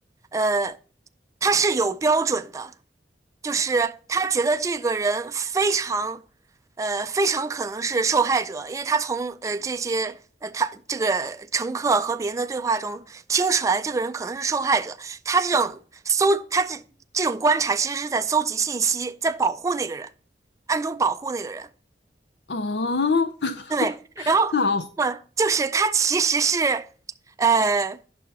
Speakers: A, on the right (about 20°); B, on the left (about 65°).
A: 呃，他是有标准的，就是他觉得这个人非常，呃，非常可能是受害者，因为他从呃这些呃他这个乘客和别人的对话中听出来，这个人可能是受害者。他这种搜，他这这种观察其实是在搜集信息，在保护那个人，暗中保护那个人。
B: 哦，<laughs>
A: 对，然后
B: 好，
A: 嗯就是他其实是，呃。